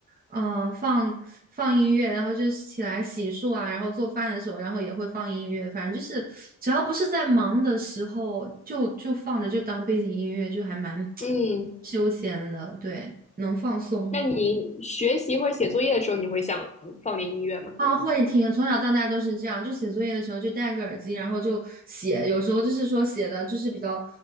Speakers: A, on the right; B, on the left.
A: 嗯、呃放放音乐，然后就起来洗漱啊，然后做饭的时候，然后也会放音乐，反正就是只要不是在忙的时候，就就放着就当背景音乐，就还蛮
B: 嗯。
A: <tsk> 休闲的，对，能放松。
B: 那你学习或者写作业的时候，你会想放点音乐吗？
A: 啊，会听，从小到大都是这样，就写作业的时候就戴个耳机，然后就写，有时候就是说写的就是比较